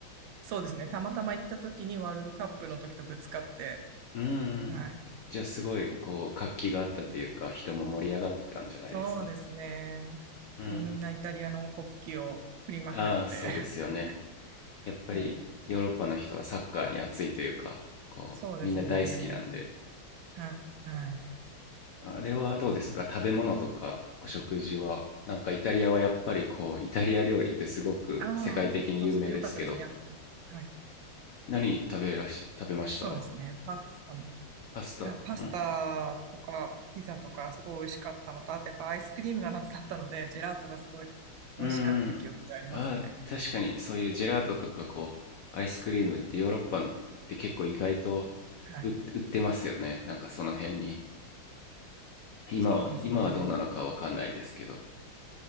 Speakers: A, on the right; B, on the left.
A: そうですね。たまたま行った時にワールドカップの時とぶつかって、
B: うんうん。
A: はい。
B: じゃあすごい、こう、活気があったというか、人も盛り上がってたんじゃないですか
A: そうですね。
B: うん。
A: もうみんなイタリアの国旗を振りまくって、
B: ああ、そうですよね。
A: <laughs>
B: やっぱりヨーロッパの人はサッカーに熱いというか、
A: も
B: こう、
A: う、そうですね。
B: みんな大好きなんで、
A: はい。はい。
B: あれはどうですか食べ物とかお食事は。なんかイタリアはやっぱりこう、イタリア料理ってすごく世界的に有名ですけど、
A: ああ、まあ、すごい良かったですね、やっぱり。はい。
B: 何食べらし、食べました
A: そうですね。パスタも。
B: パスタ。
A: いやパスタとかピザとかすごい美味しかったのと、
B: うん。
A: あとやっぱアイスクリームが夏だったので、ジェラートがすごい美味しかった記憶がありますね。
B: うんうん。ああ、確かにそういうジェラートとかこう、アイスクリームってヨーロッパって結構意外と
A: はい。
B: 売売ってますよね。なんかその辺に。今は、
A: そうですね。
B: 今はどうなのかわかんないですけど。